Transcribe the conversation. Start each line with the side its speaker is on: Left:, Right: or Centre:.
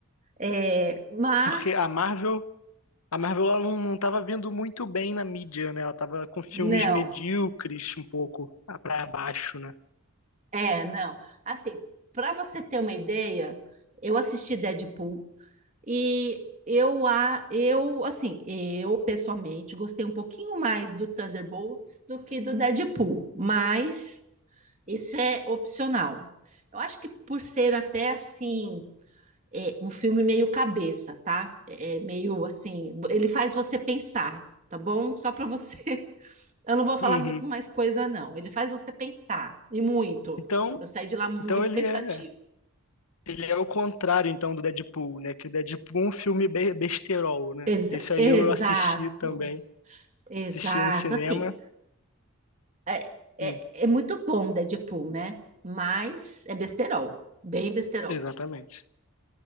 Right: É, mas
Left: Porque a Marvel, a Marvel ela não, não tava vindo muito bem na mídia, né? Ela tava com filmes
Right: Não.
Left: medíocres um pouco pra baixo, né?
Right: É, não. Assim, para você ter uma ideia, eu assisti Deadpool e eu a eu assim, eu pessoalmente gostei um pouquinho mais do Thunderbolts do que do Deadpool, mas isso é opcional. Eu acho que por ser até assim, é, um filme meio cabeça, tá? É é meio assim, ele faz você pensar, tá bom? Só para você <laughs> Eu não vou falar
Left: Uhum.
Right: muito mais coisa, não. Ele faz você pensar, e muito.
Left: Então,
Right: Eu saí de lá muito
Left: então ele
Right: pensativo.
Left: é, ele é o contrário então do Deadpool, né? Que o Deadpool é um filme be besterol, né?
Right: Exa-
Left: Esse aí
Right: exato,
Left: eu assisti também,
Right: exato.
Left: assisti no cinema.
Right: Assim, é, é,
Left: Hum,
Right: é muito bom Deadpool, né? Mas é besterol, bem besterol.
Left: exatamente.